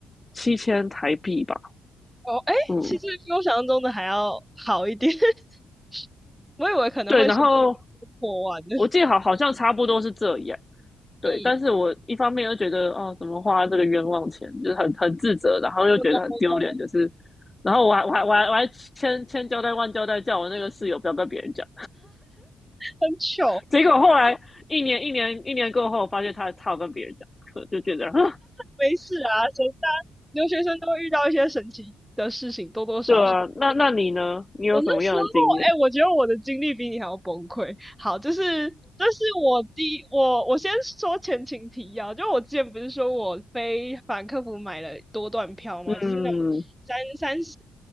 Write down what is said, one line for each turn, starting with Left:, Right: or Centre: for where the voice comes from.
Left: 七千台币吧，
Centre: 哦！哎，
Left: 嗯，
Centre: 其实比我想象中的还要好一点。<laughs> 我以为可能会随随便便破万的。
Left: 对，然后我记得好好像差不多是这样，对，
Centre: 嗯，
Left: 但是我一方面又觉得，哦，怎么花这个冤枉钱，就是很很自责，然后又觉得很丢脸，
Centre: <laughs> 我懂我懂，
Left: 就是，然后我还我还我还我还千千交代万交代，叫我那个室友不要跟别人讲。
Centre: 很糗，
Left: 结果后来一年一年一年过后，我发现他他有跟别人讲就觉得，<laughs>
Centre: 没事啊，谁大留学生都会遇到一些神奇的事情，多多少少
Left: 对啊，那那你呢？你有什么样的经验？
Centre: 我那时候，哎、我觉得我的经历比你还要崩溃。好，就是这是我第一我我先说前情提要，就我之前不是说我飞法兰克福买了多段票吗？
Left: 嗯
Centre: 就是那种三三十，